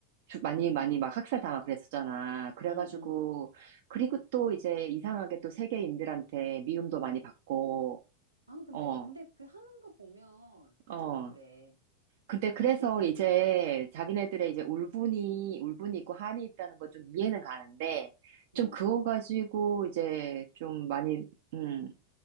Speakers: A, on the right; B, on the right.
A: 죽, 많이, 많이 막 학살당하고 그랬었잖아. 그래가지고,
B: 응, 응,
A: 그리고
B: 응.
A: 또 이제 이상하게 또 세계인들한테 미움도 많이 받고,
B: 아, 근데,
A: 어,
B: 근데 그 하는 거 보면
A: 어.
B: 좀 그래.
A: 근데 그래서
B: 아니, 세, 세,
A: 이제
B: 응, 응,
A: 자기네들의 이제 울분이, 울분이 있고 한이 있다는 건 좀 이해는 가는데, 좀
B: 응.
A: 그거 가지고 이제 좀 많이, 음.